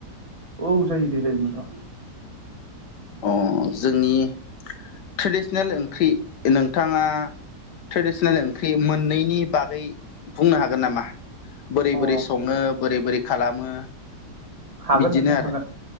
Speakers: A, on the right; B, on the left.
A: औ जायो दे जायो नोंथां
B: अ जोंनि ट्रेडिसनेल ओंख्रि नोंथाङा ट्रेडिसनेल ओंख्रि मोननैनि बागै बुंनो हागोन नामा बोरै
A: अ
B: बोरै संङो बोरै बोरै खालामो
A: हागोन
B: बिदिनो
A: नोंथां
B: आरो
A: हागोन